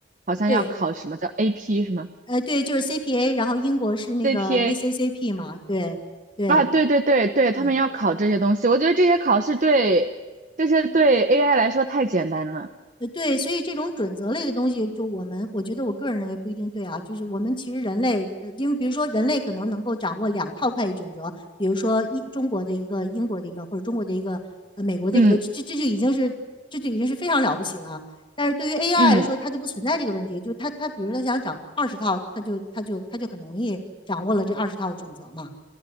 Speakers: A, on the right; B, on the left.
A: 好像要考什么叫
B: 对，
A: AP 什么
B: 呃，对，就是 CPA，然后英国是那个
A: CPA。
B: ACCP 嘛，对对
A: 啊，对对对对，他们要考这些东西，
B: 对。
A: 我觉得这些考试对这些对 AI 来说太简单了。
B: 呃，对，所以这种准则类的东西，就我们，我觉得我个人认为不一定对啊。就是我们其实人类，呃，因为比如说人类可能能够掌握两套会计准则，比如说一中国的一个、英国的一个，或者中国的一个、呃美国的一个，
A: 嗯
B: 这这就已经是这就已经是非常了不起了。但是对于 AI
A: 嗯
B: 来说，它就不存在这个问题，就是它它比如它想掌二十套，它就它就它就很容易掌握了这二十套准则嘛。